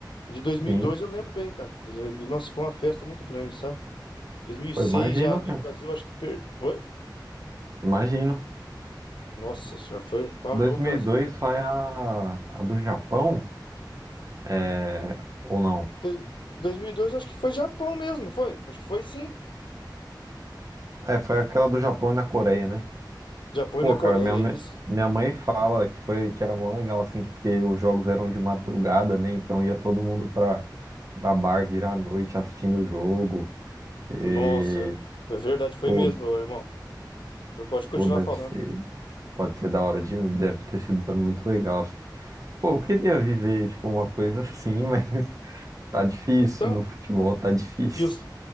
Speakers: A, on the left (about 85°); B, on the right (about 45°).
A: De 2002
B: sim.
A: eu lembro bem, cara. Nossa, foi uma festa muito grande, sabe? 2006
B: Eu imagino,
A: já ali
B: cara.
A: o Brasil, acho que per... Oi?
B: Imagino.
A: Nossa senhora, foi... parou
B: 2002
A: o Brasil, cara.
B: foi a, a do Japão, é, ou não?
A: Dois- 2002 acho que foi Japão mesmo, não foi? Acho que foi sim.
B: É, foi aquela do Japão e na Coreia, né?
A: Japão
B: Pô,
A: e na Coreia,
B: cara, minha, me-
A: é isso.
B: minha mãe fala que foi que era mó legal, assim, que porque os jogos eram de madrugada, né? Então ia todo mundo pra, pra bar virar à noite assistindo o jogo. E,
A: Nossa, é verdade, foi
B: pô,
A: mesmo, ô, irmão. Eu pode continuar
B: pô, deve
A: falando.
B: ser, pode ser da hora de, deve ter sido muito legal, assim. Pô, eu queria viver, tipo, uma coisa assim, <laughs> mas tá difícil
A: Então,
B: no futebol, tá difícil.
A: e os-